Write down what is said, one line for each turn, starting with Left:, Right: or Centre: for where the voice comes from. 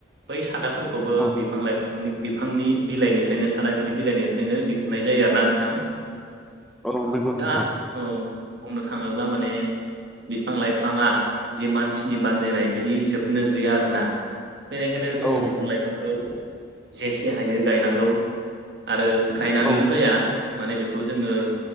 Right: बै सादाफोरखौबो
Centre: औ
Right: बिफां लाइफांनि बिफांनि बिलाइनिफ्रायनो सारा बिफांनि बिलाइनिफ्रायनो दिहुननाय जायो आरोना नोंथां
Centre: औ नोंगौ नोंथां
Right: दा औ बुंनो थाङोब्ला माने बिफां लाइफाङा जि मानसिनि बानजायनाय बिनि जोबनो गैया ना बेनिखायनो जोङो
Centre: औ
Right: बिफां लाइफांखौ जेसे हायो गायनांगौ आरो गायनानैल'
Centre: औ
Right: जाया माने बेखौ जोङो